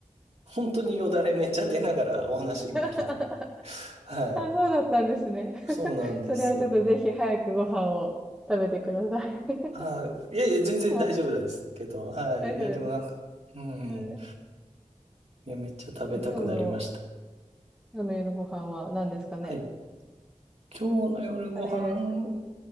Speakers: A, on the right; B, in the centre.
A: う、本当によだれめっちゃ出ながらお話今聞いて
B: <laughs>
A: はい。
B: あ、そうだったんですね。<laughs>
A: そうなんです。
B: それはちょっとぜひ早くご飯を食べてください。
A: あいいやいや、
B: <laughs>
A: 全然大丈夫なんですけど。
B: あ、
A: はい。
B: 大丈夫ですか。
A: いや、でもなんか、うん。
B: はい。
A: いや、めっちゃ食べたくなりました。
B: じゃあ今日の、今日の夜ご飯は何ですかね。
A: はい。今日の夜ご飯、
B: カレーですか。